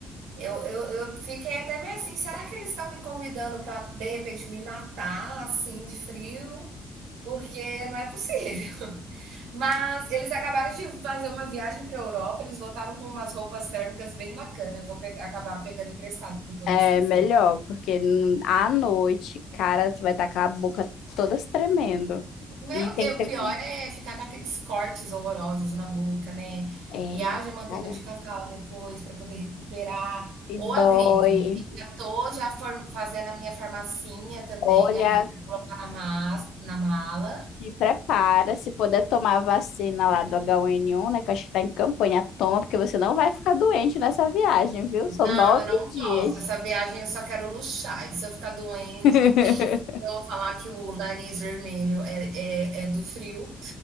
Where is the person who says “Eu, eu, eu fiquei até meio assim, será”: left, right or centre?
Right